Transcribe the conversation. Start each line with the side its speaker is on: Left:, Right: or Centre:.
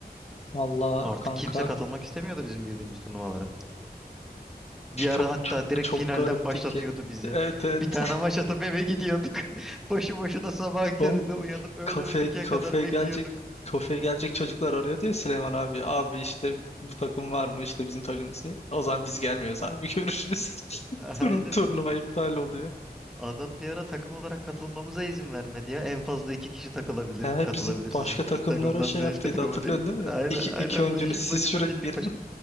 Left: Vallahi
Centre: Artık
Left: kanka
Centre: kimse katılmak istemiyordu bizim girdiğimiz turnuvalara. Bir
Left: çok
Centre: ara hatta
Left: çok
Centre: direkt
Left: çok
Centre: finalden
Left: garipti
Centre: başlatıyordu
Left: ki.
Centre: bizi.
Left: Evet evet
Centre: Bir tane maç atıp eve gidiyorduk. <laughs> Boşu boşuna sabah
Left: Oğlum
Centre: köründe uyanıp öğlen
Left: kafe
Centre: on ikiye
Left: kafeye
Centre: kadar bekliyorduk.
Left: gelecek kafeye gelecek çocuklar arıyor diyor Süleyman abi. Abi işte bu takım var mı? İşte bizim takım ismi. O zaman biz gelmiyoruz abi. <laughs> Görüşürüz.
Centre: <laughs> Aynen.
Left: Turn turnuva iptal oluyor.
Centre: Adam bir ara takım olarak katılmamıza izin vermedi ya. En fazla iki kişi takılabilir,
Left: He,
Centre: katılabilir
Left: bizi
Centre: sizin
Left: başka takımlara
Centre: takımdan
Left: şey
Centre: başka
Left: yaptıydı
Centre: takıma
Left: hatırlıyorsun
Centre: diye.
Left: değil mi?
Centre: Aynen
Left: İki, iki
Centre: aynen
Left: oyuncunuz
Centre: mecbur,
Left: siz
Centre: mecbur
Left: şuraya
Centre: gittik
Left: girin.
Centre: başka.